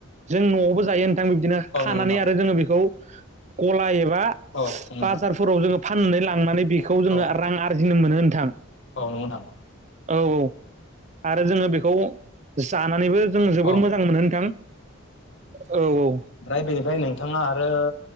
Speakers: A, on the right (about 35°); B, on the left (about 60°).
A: जों नआवबो जायो नोंथां बिब्दिनो
B: औ
A: खानानै
B: नंगौ
A: आरो। जोङो बेखौ गला एबा‌
B: नोंथां
A: बाजारफोराव‌ जोङो फाननानै लांनानै बेखौ जोङो
B: औ
A: रां आरजिनो मोनो नोंथां।
B: औ नंगौ दां!
A: औ औ आरो जोङो बेखौ जानानैबो जों जोबोर
B: औ
A: मोजां मोनो नोंथां औ औ।
B: ओमफ्राय बेनिफ्राय नोंथाङा आरो